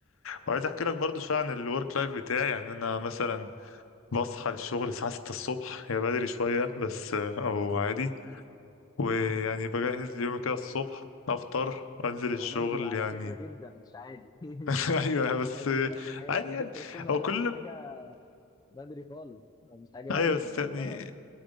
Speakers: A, on the left; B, on the left.
A: وعايز احكي لك برضو شويه عن الورك لايف بتاعي يعني انا مثلا بصحى للشغل الساعه 6 الصبح هي بدري شويه بس آه، او عادي ويعني بجهز ليومي كده الصبح افطر وانزل الشغل
B: هو بدري على
A: يعني
B: فكره جدا مش عادي <laughs>
A: <laughs> ايوه بس
B: بدري
A: آه،
B: بدري يعني
A: عادي يعني
B: 6 الصبح
A: هو
B: ده
A: كل
B: مش حاجه بدري خالص مش حاجه يعني
A: ايوه بس
B: متاخره
A: يعني